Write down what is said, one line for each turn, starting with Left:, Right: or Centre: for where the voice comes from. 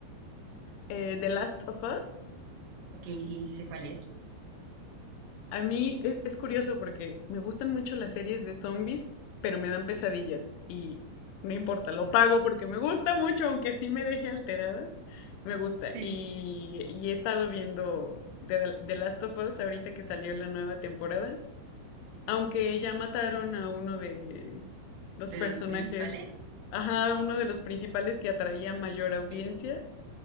Left: eh, The Last of Us.
Right: Ok, sí, sí sé cuál es.
Left: A mí es, es curioso porque me gustan mucho las series de zombies, pero me dan pesadillas y no importa, lo pago porque me gusta mucho, aunque sí me deje alterada. Me gusta.
Right: Sí.
Left: Y, y he estado viendo The, The Last of Us ahorita que salió la nueva temporada. Aunque ya mataron a uno de los
Right: ¿De
Left: personajes,
Right: los principales?
Left: ajá, uno de los principales que atraía mayor
Right: Ok.
Left: audiencia,